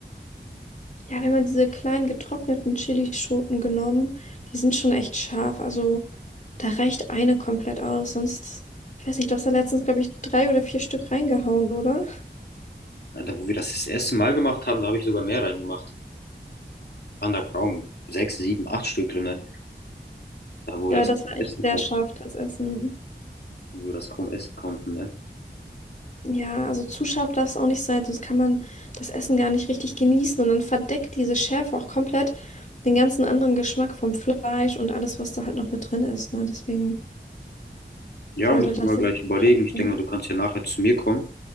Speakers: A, on the left; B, on the left.
A: Ja, wir haben ja diese kleinen getrockneten Chilischoten genommen. Die sind schon echt scharf. Also da reicht eine komplett aus. Sonst, ich weiß nicht, du hast da letztens, glaube ich, drei oder vier Stück reingehauen, oder?
B: Da, wo wir das das erste Mal gemacht haben, da habe ich sogar mehr reingemacht. Underground. Sechs, sieben, acht Stück drinne Da, wo
A: Ja,
B: wir das
A: das war echt
B: essen
A: sehr
B: konnten,
A: scharf, das Essen.
B: wo wir das kaum essen konnten, ne?
A: Ja, also zu scharf darf es auch nicht sein, sonst kann man das Essen gar nicht richtig genießen und dann verdeckt diese Schärfe auch komplett den ganzen anderen Geschmack vom Fleisch und alles, was da halt noch mit drin ist, ne? Deswegen
B: Ja,
A: sollte
B: müssen
A: das
B: wir mal
A: jetzt
B: gleich
A: nicht
B: überlegen.
A: zu scharf
B: Ich
A: sein.
B: denke mal, du kannst ja nachher zu mir kommen